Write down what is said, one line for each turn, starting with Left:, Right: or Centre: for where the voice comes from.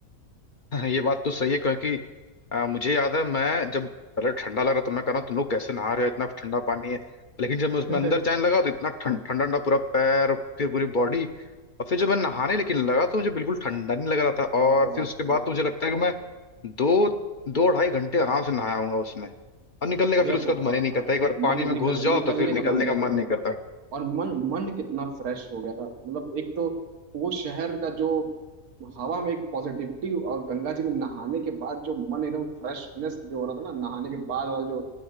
Left: <laughs> ये बात तो सही है क्योंकि आ, मुझे याद है मैं जब पहले ठंडा लग रहा था तो मैं कह रहा हूँ तुम लोग कैसे नहा रहे हो इतना ठंडा पानी है लेकिन जब मैं उसमें
Right: <laughs>
Left: अंदर जाने लगा तो इतना ठंड- ठंडा ठंडा पूरा पैर फिर पूरी बॉडी और फिर जब मैं नहाने लेकिन लगा तो मुझे बिल्कुल ठंडा नहीं लग रहा था और
Right: बहुत
Left: फिर उसके
Right: वो-
Left: बाद तो मुझे लगता है कि मैं दो दो ढाई घंटे आराम से नहाया होऊंगा उसमें और निकलने का
Right: भैया
Left: फिर उसका
Right: बहु-
Left: तो मन
Right: आ,
Left: ही नहीं करता
Right: हाँ
Left: एक बार पानी
Right: मन
Left: में
Right: निकल
Left: घुस जाओ
Right: निकलने
Left: तो फिर निकलने
Right: का मन नहीं
Left: का
Right: कर
Left: मन
Right: रहा
Left: नहीं करता
Right: था और मन मन कितना फ्रेश हो गया था मतलब एक तो वो शहर का जो हवा में एक पॉजिटिविटी और गंगा जी में नहाने के बाद जो मन एकदम फ्रेशनेस जो हो रहा था ना नहाने के बाद वाला जो